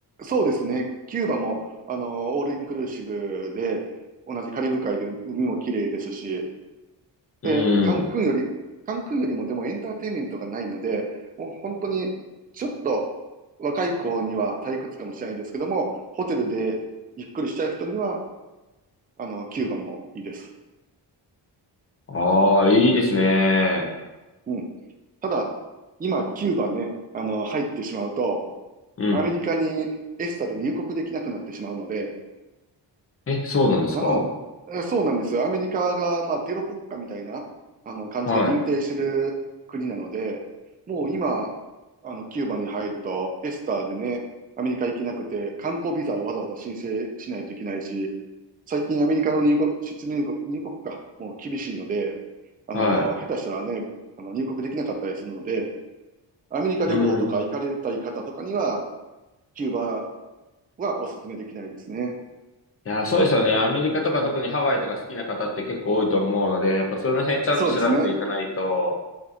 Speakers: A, on the right; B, on the left.
A: そうですね。キューバも、あのーオールインクルーシブで、同じカリブ海で海も綺麗ですし、
B: うん。
A: で、カンクンより、カンクンよりもでもエンターテインメントがないので、もう本当に、ちょっと若い子には退屈かもしれないですけども、ホテルでゆっくりしたい人には、あの、キューバもいいです。
B: ああ、いいですね。
A: うん。うん。ただ、今、キューバね、あの、入ってしまうと、
B: うん。
A: アメリカにエスタで入国できなくなってしまうので、
B: え、そうなんですか
A: なのでえそうなんです。アメリカが、まあ、テロ国家みたいな、あの、感じで認定してる国なので、
B: はい。
A: もう今、あの、キューバに入ると、エスタでね、アメリカ行けなくて、観光ビザをわざわざ申請しないといけないし、最近アメリカの入国、出入国、入国がもう厳しいので、あの、
B: は
A: 下手したらね、あの、入国できなかったりするので、アメリカ旅行とか行かれたい方とかには、
B: い。うん。
A: キューバはお勧めできないですね。
B: いや、そうですよね。アメリカとか特にハワイとか好きな方って結構多いと思うので、やっぱその辺ちゃんと調べていかないと、
A: そうですね。